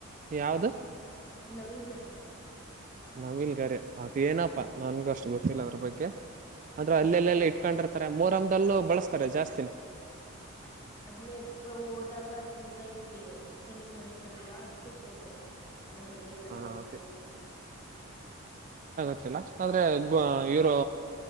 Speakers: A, on the right; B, on the left.
A: ಯಾವ್ದು
B: ನವಿೀಲ್ಕರಿ.
A: ಆಮಿಲ್ಗಾರೆ ಅದ ಏನಪ್ಪಾ ನನ್ಗು ಅಷ್ಟು ಗೊತ್ತ. ದ್ರ ಬಗ್ಗೆ ಆದ್ರೆ
B: ನವಿಲ್
A: ಅಲ್ಲೆಲ್ಲೆಲ್ಲಿ ಇಟ್ಕೊಂಡಿರ್ತಾರೆ ಮರಮಲ್ಲೂ ಬಳ. ತಾರೆ ಜಾಸ್ತಿನ.
B: ಅದ್ನ್ನೇ ಹೋದಾಗ ಅದ್ರಿಂದ ಹಿಂಗೆ ತೆಲೆಗ್ ಬಡಿತಾರಲ್ಲ ಅದ್ಕ ಕೇಳ್ದ. ಅದ್ರ ಬಗ್ಗೆ ಏನಾದ್ರು
A: ಹ
B: ಗೊತ್ತಾಗಿಿಲ್ಲ.
A: ಅದೇ ಗ ಆದ್ರೆ ಇವರು